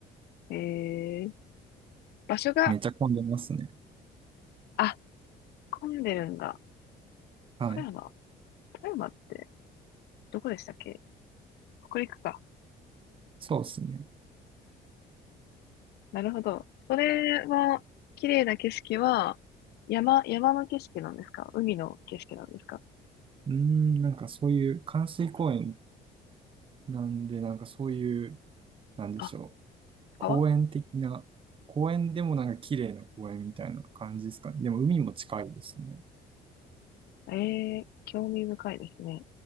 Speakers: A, on the left; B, on the right.
A: えー、場所が、
B: めっちゃ混んでますね。
A: あ、混んでるんだ。
B: はい。
A: 富山。富山って、どこでしたっけ北陸か。
B: そうですね。
A: なるほど。それは、綺麗な景色は、山、山の景色なんですか海の景色なんですか
B: うーん、なんかそういう関水公園なんで、なんかそういう、なんでしょう。
A: あ、
B: 公園的な、
A: 川
B: 公園でもなんか綺麗な公園みたいな感じですかね。でも海も近いですね。
A: ええー興味深いですね。